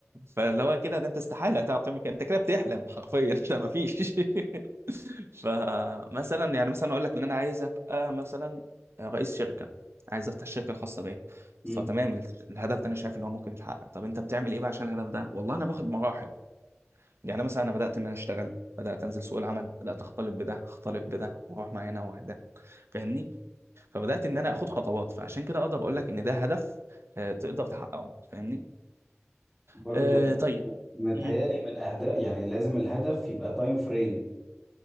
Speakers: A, on the right; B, in the centre.
A: فاللي هو كده ده انت استحاله هتعرف تعمل كده انت كده بتحلم حرفيا <laughs> لا
B: آه.
A: ما فيش <laughs> فمثلا يعني مثلا اقول لك ان انا عايز ابقى مثلا رئيس شركه عايز افتح شركه خاصه بيا
B: مم.
A: فتمام ال- الهدف ده انا شايف ان هو ممكن يتحقق طب انت بتعمل ايه بقى عشان الهدف ده والله انا باخد مراحل يعني مثلا انا بدات ان انا اشتغل بدات انزل سوق العمل بدات اختلط بده اختلط بده واروح مع هنا واحده فاهمني فبدات ان انا اخد خطوات فعشان كده اقدر اقول لك ان ده هدف آه، تقدر تحققه فاهمني
B: برضو
A: آه، طيب
B: متهيألي
A: مم.
B: من أهداف يعني لازم الهدف يبقى تايم فريم